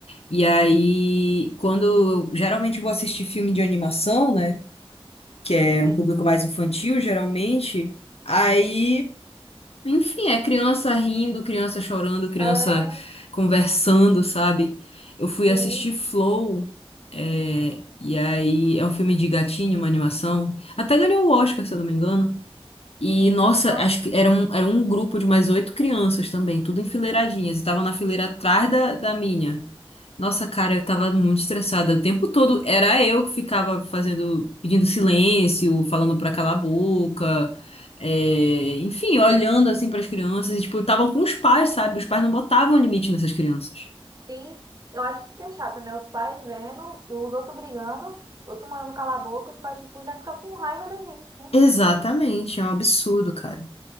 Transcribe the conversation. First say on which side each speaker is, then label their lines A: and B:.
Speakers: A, on the left; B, on the right.
A: E aí, quando eu geralmente vou assistir filme de animação, né? Que é
B: Sim.
A: um público mais infantil, geralmente. Aí. Enfim, é criança rindo, criança chorando, criança
B: É,
A: conversando, sabe? Eu fui
B: sim.
A: assistir Flow, é, e aí é um filme de gatinho, uma animação. Até ganhou o Oscar, se eu não me engano. E, nossa,
B: Nossa,
A: acho que era um, era um grupo de mais oito crianças também, tudo enfileiradinhas. E tava na fileira atrás da, da minha. Nossa, cara, eu tava muito estressada. O tempo todo era eu que ficava fazendo, pedindo silêncio, falando pra calar a boca, é, enfim, olhando assim pras crianças. E, tipo, estavam com os pais, sabe? Os pais não botavam limite nessas crianças.
B: sim. Eu acho isso que é chato, né? Os pais vendo, os outros brigando, os outros mandando calar a boca, os pais, tipo, ainda ficam com raiva da gente, né?
A: Exatamente, é um absurdo, cara.